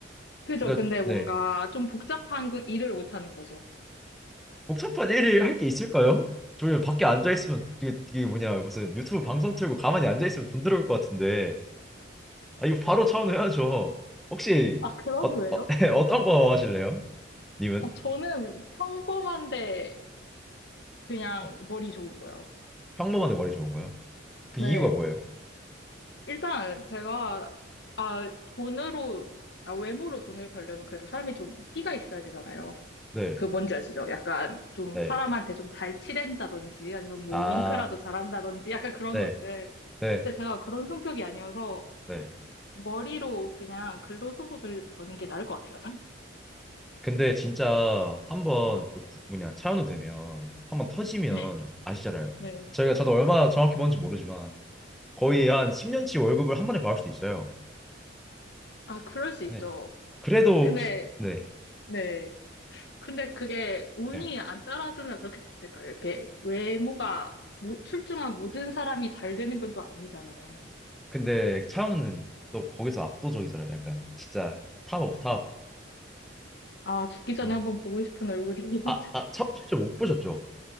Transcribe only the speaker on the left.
그죠.
근데
뭔가 좀 복잡한 거 일을 못하는 거죠.
아, 그런
거예요?
아, 저는 평범한데 그냥
머리 좋은 거예요.
네.
일단 제가, 아, 돈으로, 아, 외모로 돈을 벌려면 그래도 사람이 좀 끼가 있어야 되잖아요.
그 뭔지 아시죠? 약간 좀
사람한테 좀 잘 치댄다든지 아니면 뭐
윙크라도 잘한다든지 약간 그런
것들.
근데 제가 그런 성격이 아니어서
머리로 그냥 근로소득을 버는 게 나을 것 같아요. 저는.
<laughs> 네.
네.
아, 그럴 수 있죠.
근데,
네. 근데 그게 운이
안 따라주면 그렇게 됐을까요? 이렇게 외모가 모- 출중한 모든 사람이 잘 되는 건 또 아니잖아요.
아, 죽기 전에
한번 보고 싶은 얼굴이긴
하죠.
<laughs>